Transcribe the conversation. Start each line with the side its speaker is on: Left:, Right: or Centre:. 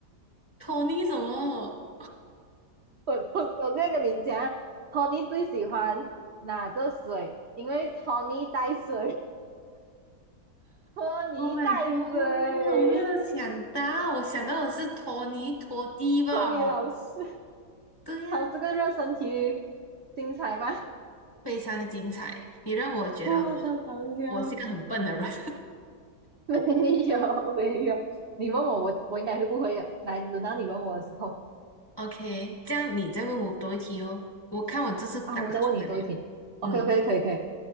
Left: 托尼 <laughs> 什么
Right: 我我我这样跟你讲啊，Tony 最喜欢拿着水，因为 Tony 带水，托尼带水，
Left: ？Oh my god！我没有想到，我想到的是托尼托蒂吧？
Right: 托尼老师。
Left: 对呀，
Right: 好，这个热身题精彩吗？<laughs>
Left: 非常的精彩，你让我觉得我
Right: 哦，超搞笑。
Left: 我是一个很笨的人。<laughs>
Right: <laughs> 没有没有，你问我，我我应该是不会的。来，轮到你问我的时候
Left: OK，这样你再问我多一题哦，我看我这次答出来没有？
Right: 啊，我再问你多一题。OK
Left: 嗯，
Right: OK 可以可以。